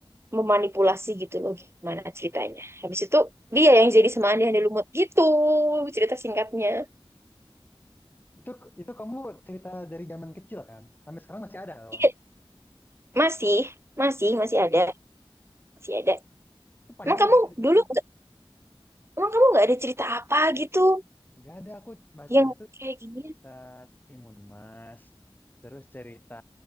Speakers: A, on the right; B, on the left.
A: memanipulasi gitu loh gimana ceritanya. Habis itu dia yang jadi semandai yang lumut gitu cerita singkatnya.
B: Itu itu kamu cerita dari zaman kecil kan? Sampai sekarang masih ada loh.
A: Iya, masih, masih, masih ada, masih ada.
B: Itu panjang
A: Emang kamu
B: gak sih ceritanya?
A: dulu nggak, emang kamu nggak ada cerita apa gitu
B: Gak ada aku bacanya
A: yang
B: itu
A: kayak gini?
B: Kita Timun Mas. Terus cerita